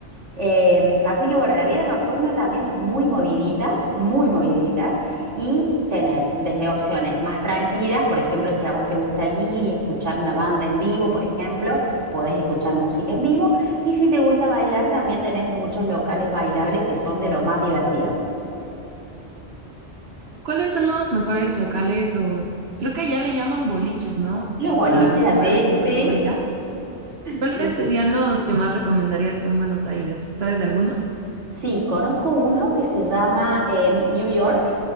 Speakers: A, on the right; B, on the right.
A: Eh, así que bueno, la vida nocturna también es muy movidita, muy movidita, y tenés desde opciones más tranquilas, por ejemplo, si a vos te gusta ir y escuchar una banda en vivo, por ejemplo, podés escuchar música en vivo, y si te gusta bailar, también tenés muchos locales bailables que son de los más divertidos.
B: ¿Cuáles son los mejores locales o creo que allá le llaman boliches, ¿no?
A: Los boliches,
B: A los
A: así,
B: lugares donde
A: sí,
B: se va a bailar. ¿Cuáles
A: sí.
B: serían los que más recomendarías tú en Buenos Aires? ¿Sabes de alguno?
A: Sí, conozco uno que se llama en New York.